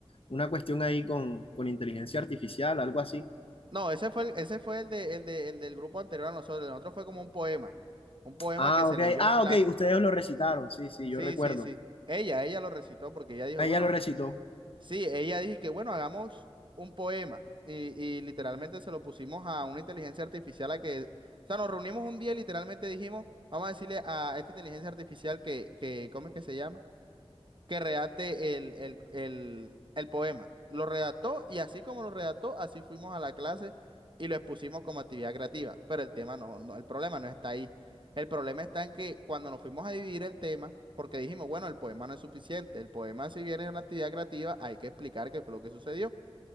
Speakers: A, on the left; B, on the right.
A: una cuestión ahí con, con inteligencia artificial, algo así.
B: No, ese fue el, ese fue el, de, el, de- el del grupo anterior a nosotros. El otro fue como un poema. Un poema
A: Ah,
B: que se
A: ok.
B: leyó
A: Ah,
B: en clase.
A: ok, ustedes lo recitaron. Sí, sí,
B: Sí,
A: yo recuerdo.
B: sí, sí. Ella, ella lo recitó porque ella dijo,
A: Ella
B: bueno.
A: lo recitó.
B: Sí, ella dijo que bueno, hagamos un poema y, y literalmente se lo pusimos a una inteligencia artificial a que, o sea, nos reunimos un día y literalmente dijimos, vamos a decirle a esta inteligencia artificial que, que ¿cómo es que se llama? que redacte el, el, el, el poema. Lo redactó y así como lo redactó, así fuimos a la clase y lo expusimos como actividad creativa. Pero el tema no, no, el problema no está ahí. El problema está en que cuando nos fuimos a dividir el tema, porque dijimos, bueno, el poema no es suficiente. El poema, si bien es una actividad creativa, hay que explicar qué fue lo que sucedió.